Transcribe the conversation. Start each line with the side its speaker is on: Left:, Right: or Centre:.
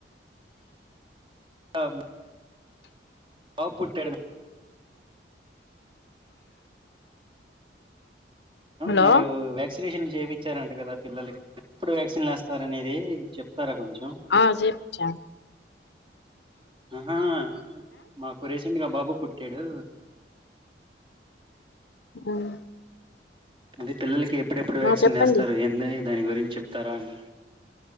Right: ఆ బాబు పుట్టాడు
Left: హలో
Right: మీరు వ్యాక్సినేషన్ చేపించారంట కదా పిల్లలకి ఎప్పుడు వ్యాక్సిన్లు వేస్తారనేది చెప్తారా కొంచెం
Left: ఆ చెప్పు చ
Right: ఆహా మాకు రీసెంట్ గా బాబు పుట్టాడు
Left: ఉమ్
Right: అంటే పిల్లలకి ఎప్పుడెప్పుడు వ్యాక్సిన్
Left: ఆ చెప్పండి
Right: వేస్తారు ఏంది దాని గురించి చెప్తారా అండి